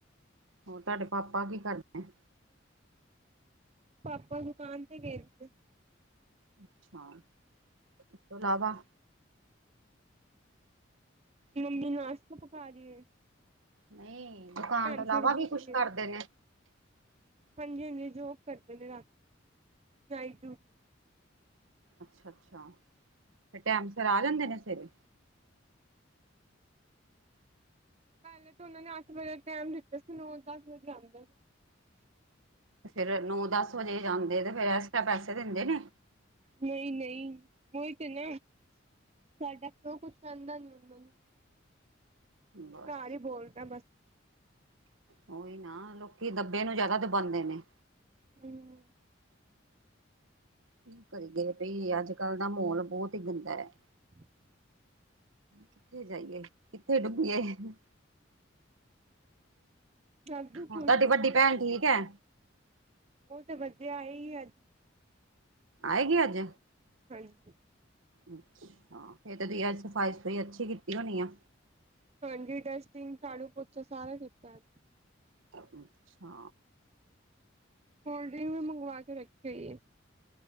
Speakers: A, on the right; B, on the right.
A: ਹੋਰ ਤੁਹਾਡੇ ਪਾਪਾ ਕੀ ਕਰਦੇ ਹੈ?
B: ਪਾਪਾ ਦੁਕਾਨ ਤੇ ਗਏ ਦੇ ਨੇ।
A: ਅੱਛਾ ਇਸ ਤੋਂ ਇਲਾਵਾ
B: ਮੰਮੀ ਨਾਸਤਾ ਪਕਾ ਰਹੀ ਹੈ।
A: ਨਹੀਂ, ਦੁਕਾਨ ਤੋਂ ਇਲਾਵਾ
B: ਚਿੜਦੀ
A: ਵੀ ਕੁਛ
B: ਪਈ ਏ।
A: ਕਰਦੇ ਨੇ?
B: ਹਾਂਜੀ-ਹਾਂਜੀ ਜੋਬ ਕਰਦੇ ਨੇ ਰਾਤੀ। Night duty.
A: ਅੱਛਾ-ਅੱਛਾ। ਫੇਰ ਟਾਈਮ ਸਿਰ ਆ ਜਾਂਦੇ ਨੇ ਸਵੇਰੇ?
B: ਪਹਿਲੇ ਤਾਂ ਉਹਨਾਂ ਨੇ ਅੱਠ ਵਜੇ ਟਾਈਮ ਦਿੱਤਾ ਸੀ। ਨੋ ਦਸ ਵਜੇ ਆਨਦੇ ਨੇ।
A: ਫੇਰ ਨੌ ਦਸ ਵਜੇ ਜਾਂਦੇ ਤੇ, ਫੇਰ ਐਕਸਟਰਾ ਪੈਸੇ ਦਿੰਦੇ ਨੇ?
B: ਨਹੀਂ-ਨਹੀਂ ਉਹੀ ਤੇ ਨਾ। ਸਾਡਾ ਪਿਓ ਕੁਛ ਕਹਿੰਦਾ ਨੀ ਉਹਨਾਂ ਨੂੰ।
A: ਬਸ
B: ਘਰ ਹੀ ਬੋਲਦਾ ਬਸ
A: ਉਹੀ ਨਾ ਲੋਕੀ ਦੱਬੇ ਨੂੰ ਜਿਆਦਾ ਦਬਾਉਂਦੇ ਨੇ।
B: ਹਮਮ।
A: ਕਿ ਕਰੀਏ ਭਈ, ਅੱਜ ਕੱਲ੍ਹ ਦਾ ਮਾਹੌਲ ਬਹੁਤ ਹੀ ਗੰਦਾ ਹੈ।
B: <inaudible>
A: ਕਿੱਥੇ ਜਾਈਏ, ਕਿੱਥੇ ਡੁੱਬੀਏ। ਹ ਹ
B: ਜਾਦੂ
A: ਤੁਹਾਡੀ
B: ਟੂਰ ਚੱਲੀ
A: ਵੱਡੀ
B: ਓ
A: ਭੈਣ ਠੀਕ ਹੈ?
B: ਉਹ ਤਾਂ ਵਧੀਆ, ਆਈ ਹੀ ਅੱਜ।
A: ਆਏਗੀ ਅੱਜ?
B: ਹਾਂਜੀ।
A: ਅੱਛਾ, ਫੇਰ ਤਾਂ ਤੁਸੀ ਅਜ ਸਫ਼ਾਈ ਸੁਫਾਈ ਅੱਛੀ ਕੀਤੀ ਹੋਣੀ ਆ।
B: ਹਾਂਜੀ ਡਸਟਿੰਗ ਝਾੜੂ ਪੋਚਾ ਸਾਰਾ ਕੀਤਾ ਹੈ
A: ਅੱਛਾ।
B: ਕੋਲਡ ਡਰਿੰਕ ਵੀ ਮੰਗਵਾ ਕੇ ਰੱਖੀ ਹੋਈ ਹੈ।